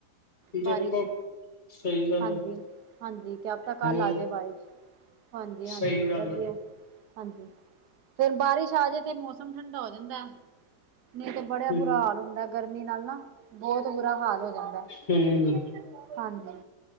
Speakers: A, on the left; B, on the right.
A: ਦੇਖੋ।
B: ਬਾਰਿਸ਼
A: ਸਹੀ ਗੱਲ
B: ਹਾਂਜੀ,
A: ਹੈ।
B: ਹਾਂਜੀ ਕਿਆ ਪਤਾਂ ਕਲ
A: ਹੋਰ
B: ਆਜੇ ਬਾਰਿਸ਼? ਹਾਂਜੀ-ਹਾਂਜੀ
A: ਸਹੀ ਗੱਲ
B: ਵਦੀਆ,
A: ਹੈ।
B: ਹਾਂਜੀ। ਫੇਰ ਬਾਰਿਸ਼ ਆਜੇ ਤੇ ਮੌਸਮ ਠੰਡਾ ਹੋ ਜਾਂਦਾ ਏ, ਨਈ ਤੇ ਬੜਆ
A: ਹੂੰ
B: ਬੁਰਾ ਹਾਲ ਹੁੰਦਾ। ਗਰਮੀ ਨਾਲ ਨਾ, ਬੋਹੋਤ ਬੁਰਾ ਹਾਲ ਹੋ ਜਾਂਦਾ ਏ।
A: ਹੂੰ
B: ਹਾਂਜੀ,